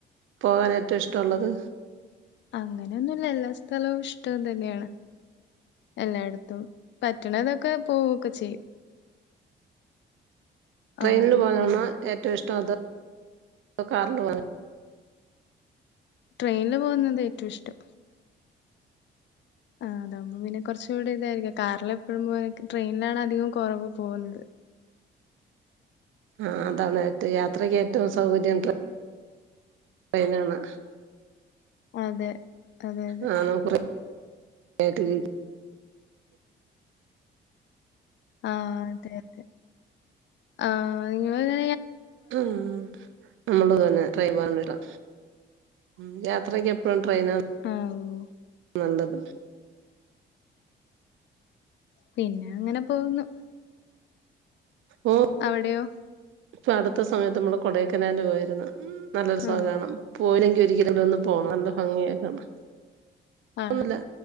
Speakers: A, on the right (about 80°); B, on the left (about 65°).
A: പോവാൻ ഏറ്റവും ഇഷ്ടവൊള്ളത്?
B: അങ്ങന്യൊന്നുല്ല എല്ലാ സ്ഥലവും ഇഷ്ടം തന്ന്യാണ്. എല്ലായിടത്തും പറ്റണ ഇതൊക്കെ പോവൊക്കെ ചെയ്യും
A: ട്രെയിനിൽ
B: ആ
A: പോണതാണോ
B: പിന്നെ
A: ഏറ്റവും ഇഷ്ട അത് കാറിൽ പോ
B: ട്രെയിനിില് പോകുന്നത് ഏറ്റവും ഇഷ്ടം ആ് അതാവുമ്പോൾ പിന്നെ കുറച്ചുകൂടി ഇതായിരിക്കും കാറിൽ എപ്പോഴും പോെ ട്രെയിനിലാണ് അധികം കുറവ് പോകുന്നത്
A: ആഹ അതാണ് ഏറ്റവും യാത്രയ്ക്ക് ഏറ്റവും സൗകര്യ ട്രൈയ് ട്രൈയ്നാണ്
B: അതെ അതെ അതെ
A: ആഹ നമ്മുറ <unintelligible>
B: ആഹ അതെ അതെ ആഹ നിങ്ങങ്ങനെ
A: ഉം നമ്മൾ തന്നെ ട്രെയിൻ പോകൻട്ട <unintelligible> യാത്രക്ക് എപ്പോഴും ട്രെയിൻ
B: ആഹ
A: നല്ലത്
B: പിന്നെ അങ്ങനെ പോകുന്നു
A: ഓ
B: അവിടെയോ
A: ഇൊ അടുത്ത സമയത്ത് നമ്മള് കൊടൈക്കനാല് പോയിരുന്നു ഉ നല്ലൊരു
B: ആ
A: സുഖണം പോയില്ലെങ്കിൽ ഒരിക്കലും ഒന്ന് പോണം നല്ല ഭംഗിയൊക്കാണ്
B: ആ
A: ഒന്ന